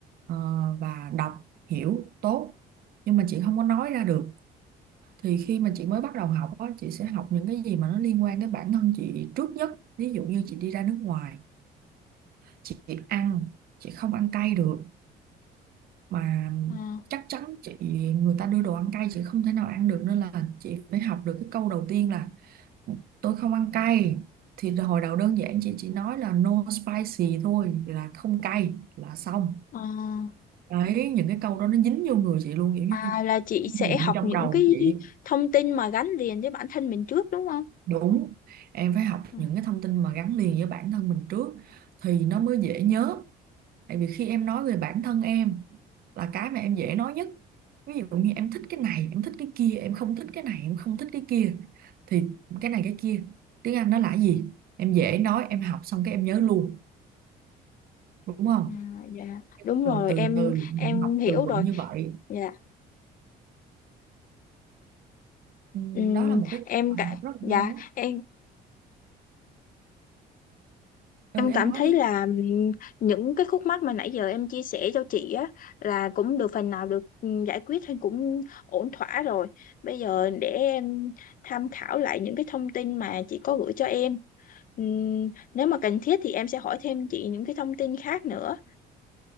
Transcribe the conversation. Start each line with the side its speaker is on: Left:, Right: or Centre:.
Right: ờ, và đọc hiểu tốt nhưng mà chị không có nói ra được. Thì khi mà chị mới bắt đầu học á, chị sẽ học những cái gì mà nó liên quan đến bản thân chị trước nhất. Ví dụ như chị đi ra nước ngoài, chị ăn, chị không ăn cay được mà
Left: à,
Right: chắc chắn chị người ta đưa đồ ăn cay chị không thể nào ăn được nên là chị phải học được cái câu đầu tiên là tôi không ăn cay thì hồi đầu đơn giản chị chỉ nói là no spicy thôi là không cay là xong
Left: à.
Right: đấy những cái câu đó nó dính vô người chị luôn kiểu
Left: À
Right: như
Left: là chị sẽ
Right: niệm
Left: học
Right: trong
Left: những
Right: đầu
Left: cái
Right: chị
Left: thông tin mà gắn liền với bản thân mình trước đúng không?
Right: đúng em phải học
Left: Ừ.
Right: những cái thông tin mà gắn liền với bản thân mình trước thì nó mới dễ nhớ tại vì khi em nói về bản thân em là cái mà em dễ nói nhất ví dụ như em thích cái này em thích cái kia em không thích cái này em không thích cái kia thì cái này cái kia tiếng Anh nó là cái gì em dễ nói em học xong cái em nhớ luôn đúng không
Left: À, dạ đúng
Right: rồi
Left: rồi
Right: từ
Left: em
Right: từ mình
Left: em
Right: học
Left: hiểu
Right: từ vựng
Left: rồi
Right: như vậy
Left: dạ
Right: Ừ,
Left: Ừm,
Right: đó là một cái
Left: em
Right: cách mà
Left: cả
Right: học rất là
Left: dạ
Right: hay đó
Left: em
Right: ừ
Left: em
Right: em
Left: cảm
Right: nói
Left: thấy
Right: đi
Left: là ừm, những cái khúc mắc mà nãy giờ em chia sẻ cho chị á là cũng được phần nào được ừm, giải quyết hay cũng ổn thỏa rồi bây giờ để em tham khảo lại những cái thông tin mà chị có gửi cho em Ừm, nếu mà cần thiết thì em sẽ hỏi thêm chị những cái thông tin khác nữa